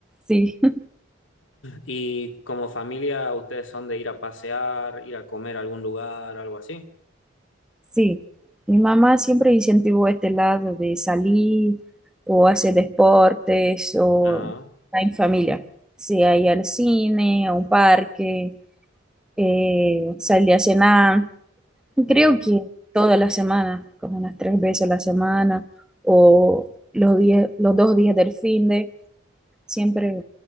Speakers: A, in the centre; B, on the left.
A: sí.
B: ¿Y como familia, ustedes son de ir a pasear, ir a comer a algún lugar, algo así?
A: Sí, mi mamá siempre incentivó este lado de salir o hacer deportes o
B: Ajá,
A: estar en familia, sea ir al cine, a un parque, eh, salir a cenar,
B: bien,
A: creo que toda la semana, como unas tres veces a la semana o los días, los dos días del fin de, siempre